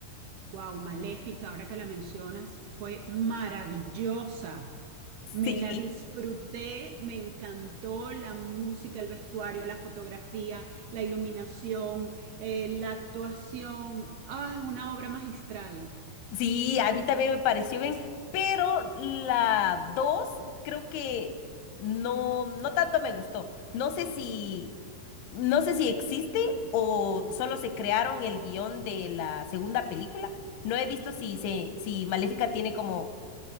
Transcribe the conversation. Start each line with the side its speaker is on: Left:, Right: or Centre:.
Right: Wow, Maléfica, ahora que la mencionas, fue maravillosa. Me
Left: Sí.
Right: la disfruté, me encantó la música, el vestuario, la fotografía, la iluminación, eh, la actuación. Ah, una obra magistral.
Left: Sí, a mí también me pareció bien, pero la 2, creo que no, no tanto me gustó. No sé si, no sé si existe o solo se crearon el guión de la segunda película. No he visto si, se, si Maléfica tiene como,